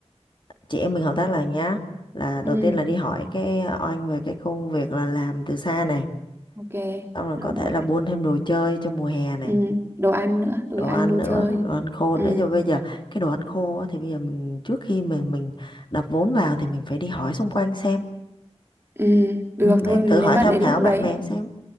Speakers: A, on the left; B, on the right.
A: chị em mình hợp tác lại nhá là đầu
B: ừ
A: tiên là đi hỏi cái oanh về cái công việc là làm từ xa này
B: ok
A: xong rồi
B: là
A: có
B: một
A: thể là
B: này
A: buôn thêm đồ chơi cho mùa hè này
B: ừ đồ ăn nữa đồ
A: đồ
B: ăn
A: ăn
B: đồ
A: nữa
B: chơi
A: đồ ăn khô
B: ừ
A: nữa nhưng bây giờ cái đồ ăn khô á, thì bây giờ mình trước khi mà mình đập vốn vào thì mình phải đi hỏi xung quanh xem
B: ừ được
A: Ừ,
B: thôi
A: em
B: nếu
A: thử hỏi
B: mà
A: tham
B: đến
A: khảo
B: lúc đấy
A: bạn bè em xem.